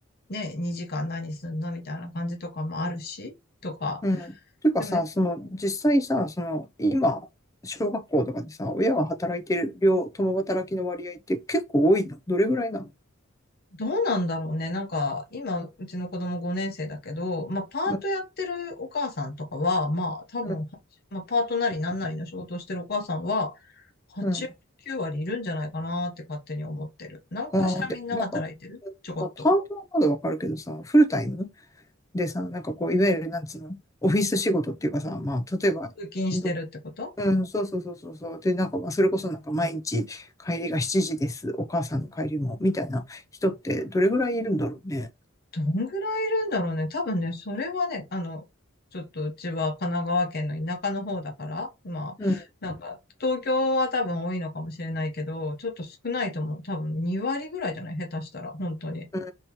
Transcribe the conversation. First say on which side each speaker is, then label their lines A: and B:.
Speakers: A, on the left (about 45°); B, on the left (about 15°).
A: ね、2時間何すんのみたいな感じとかもあるし、とか。
B: うん。うんていうかさ、
A: でもね、
B: その実際さ、その今、小学校とかでさ、親が働いてる量、共働きの割合って結構多いのどれぐらいなの
A: どうなんだろうね。なんか、今、うちの子供5年生だけど、まあ、パートやってるお母さんとかは、
B: うん、
A: まあ、多分、
B: うん、
A: まあ、パートなりなんなりの仕事をしてるお母さんは、8割、
B: うん。
A: 9割いるんじゃないかなって勝手に思ってる。なんかしらみんな働いてるちょこっと。
B: ああ、でもなんか、まあ、パートはまだわかるけどさ、フルタイムでさ、なんかこう、いわゆる、なんつうの、オフィス仕事っていうかさ、まあ、例えば、
A: 通勤してるってこと
B: ど、うん、そうそうそうそうそう。で、なんか、まあ、それこそなんか毎日帰りが7時です。お母さんの帰りも、みたいな人ってどれぐらいいるんだろうね。
A: どんぐらいいるんだろうね。多分ね、それはね、あの、ちょっとうちは神奈川県の田舎の方だから、まあ、
B: うん、
A: なんか、東京は多分多いのかもしれないけど、ちょっと少ないと思う。多分2割ぐらいじゃない下手したら、本当に。
B: うん。